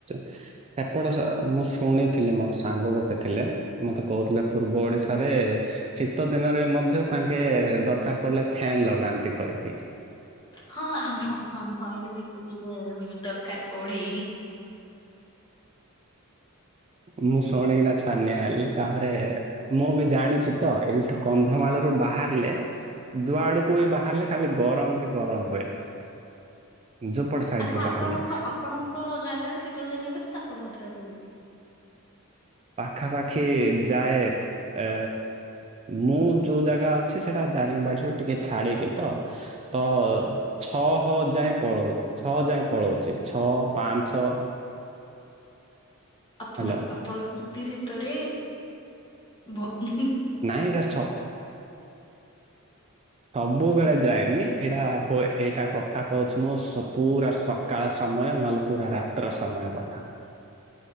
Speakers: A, on the right; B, on the left.
A: <unintelligible> ଏପଟେ ସ ମୁଁ ଶୁଣିଥିଲି ମୋର ସାଙ୍ଗ ଗୋଟେ ଥିଲେ। ମତେ କଉଥିଲେ ପୂର୍ବ ଓଡିଶାରେ ଶୀତ ଦିନରେ ମଧ୍ୟ ତାଙ୍କେ ଦରକାର। କଇଲା ଫ୍ୟାନ୍ ଲଗାନ୍ତି କରିକି।
B: ହଁ ଆମ ଆମ ଆଡେ ଶୀତ ଦିନେ ଦରକାର ପଡେ ହିଁ।
A: ମୁଁ ଶୁଣିକିନା ଛାନିଆ ହେଲି ତାପରେ ମୁଁ ବି ଜାଣିଛି ତ ଏଇଠୁ କନ୍ଧମାଳରୁୁ ବାହାରିଲେ ଜୁଆଡୁକୁ ବାହାରିଲେ ଖାଲି ଗରମ ହି ଗରମ ହୁଏ। ଯୋଉପଟ ସାଇଟ୍
B: ଆଚ୍ଛା
A: ରୁ ବାହାରିଲେ।
B: ଆପଣଙ୍କ ଆପଣଙ୍କ ଜାଗାରେ ଶୀତ ଦିନେ କେତେ ତାପମାତ୍ରା ରୁହେ କି?
A: ପାଖାପାଖି ଯାଏ ଏ ମୁଁ ଯୋଉ ଜାଗା ଛି ସେଟା ଦାରିଙ୍ଗ ବାଡ଼ିରୁ ଟିକେ ଛାଡିକି ତ ତ ଛଅ ହ ଯାଏଁ ପଳଉ ଛଅ ଯାଏଁ ପଳଉଚି ଛଅ ପାଞ୍ଚ।
B: ଆପଣ
A: ହ୍ୟାଲୋ
B: ଆପଣ ଇତି ଶୀତରେ ଭ ହୁଁ ହୁଁ।
A: ନାଇଁ ଏଟା ସ ସବୁବେଳେ ଯାଏନି ଏଇଟା ହୁଏ ଏଇଟା କଥା କହୁଚି ମୁଁ ସ ପୁରା କାଳ ସମୟ ନହେଲେ ପୁରା ରାତ୍ର ସମୟ କଥା।